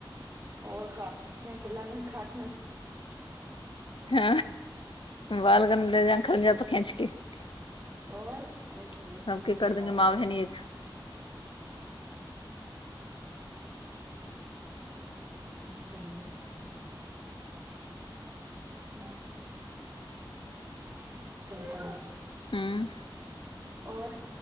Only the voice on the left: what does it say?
ह बालग खल जाप खेचके सबके
कर देेंगे
माँ बहहिनी एक
हूं